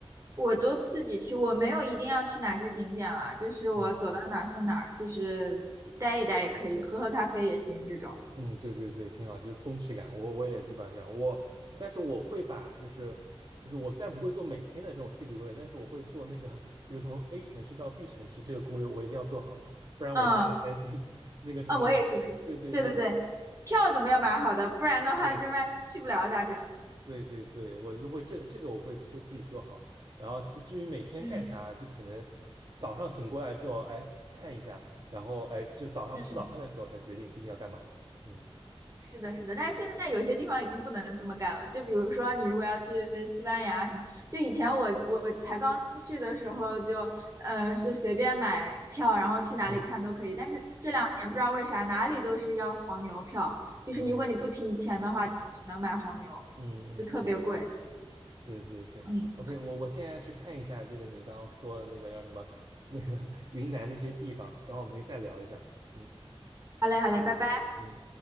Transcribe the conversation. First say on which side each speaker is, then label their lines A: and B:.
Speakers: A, on the right; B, on the right.
A: 我都自己去，我没有一定要去哪些景点了，就是我走到哪儿算哪儿，
B: 嗯，
A: 就是待一待也可以，喝喝咖啡也行这种。
B: 嗯，对对对，挺好，就是松弛感，我我也基本上这样，我但是我会把就是就是我虽然不会做每天的这种细致攻略，但是我会做那个，比如从 A 城市到 B 城市这个攻略，我一定要做好，不然我就有点担心
A: 嗯，
B: <laughs> 那个什么感。
A: 啊，我也是，我也是。
B: 对对对
A: 对对对，票总归要买好的，不然的话，
B: 对
A: 这万一去不了咋整？
B: 对对对，我就会这个这个我会会自己做好。然后其至于每天干啥，
A: 嗯
B: 就可能早上醒过来之后，哎看一下，然后哎就早上吃早饭的时候才决定今天要干嘛。
A: 嗯。
B: 嗯
A: 是的，是的，但是现在有些地方已经不能这么干了。就比如说，你如果要去西班牙什么，就以前我我才刚去的时候就，呃就随便买票，然后去哪里看都可以。
B: 嗯，
A: 但是这两年不知道为啥，哪里都是要黄牛票，就是如果你不提前的话，
B: 然后呢？
A: 就只能买黄牛，
B: 嗯嗯嗯，
A: 就特别贵。
B: 对对对，OK，
A: 嗯，
B: 我我现在去看一下这个你刚刚说的那个叫什么那个 <laughs> 云南那些地方，等会儿我们可以再聊一下。嗯。
A: 好嘞，好嘞，拜拜。
B: 嗯。